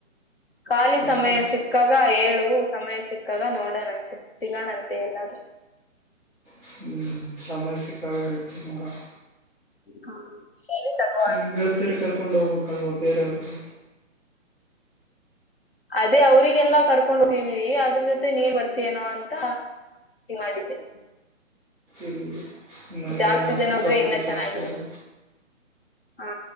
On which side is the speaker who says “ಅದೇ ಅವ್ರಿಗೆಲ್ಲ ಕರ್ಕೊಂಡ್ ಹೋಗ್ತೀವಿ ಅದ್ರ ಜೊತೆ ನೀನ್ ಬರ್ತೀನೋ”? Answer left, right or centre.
Left